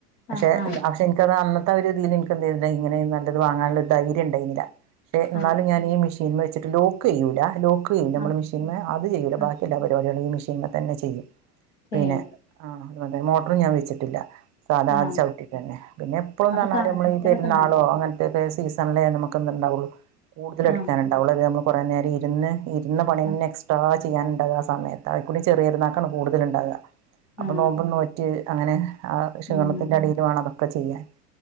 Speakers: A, on the right; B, on the left.
A: പക്ഷെ
B: ആ ആ
A: എന്താ പക്ഷെ എനിക്കത് അന്നത്തെ ഒരു രീതിയിൽ <unintelligible> ഇങ്ങനെ നല്ലത് വാങ്ങാനുള്ളധൈര്യ ണ്ടായിരിന്നില്ല പക്ഷെ എന്നാലും
B: ആ
A: ഞാനീ മിഷി ഷിന്മേ വെച്ചിട്ട് ലോക്ക് ചെയൂല ലോക്ക് ചെയ്യൂല നമ്മളെ
B: ആ
A: മെഷീന്മെ അത് ചെയ്യൂല
B: ആ
A: ബാക്കി എല്ലാപരിവാടിയു ഇതിമേ തന്നെ ചെയും
B: ചെയ്യും
A: പിന്നെ അ <unintelligible> മോട്ടറും ഞൻ വെച്ചിട്ടില്ല സാധാ
B: ആ
A: ചവിട്ടിട്തന്നെ പിന്നെ എപ്പോഴന്ന്പറഞ്ഞാൽ
B: അപ്പൊ കാലൊക്കെ
A: നമ്മൾ ഈ പെരുന്നാളോ
B: ഉണ്ടാവോ
A: അങ്ങനെ ഇപ്പേ ഈ സീസണിലേ നമുക്കെതു ഉണ്ടാവുള്ളൂ കൂടുതൽ അടിക്കാൻ
B: ആ
A: ഉണ്ടാവുള്ളൂ അത് നമ്മൾ കുറേ നേരം ഇരുന്ന് ഇരുന്ന പണിന്നെ
B: ആ
A: എക്സ്ട്രാ ചെയ്യാനുണ്ടാവ ആ സമയത്ത് അഴിക്കൂടി ചെറിയപെരുന്നാക്കാണ് കൂടുതലുണ്ടാവ. അപ്പോ
B: ആ
A: നോമ്പനോറ്റ് അങ്ങനെ ആ ക്ഷീണത്തിന്റെ
B: ഉം
A: അടിൽ വേണം അതൊക്കെ ചെയ്യാൻ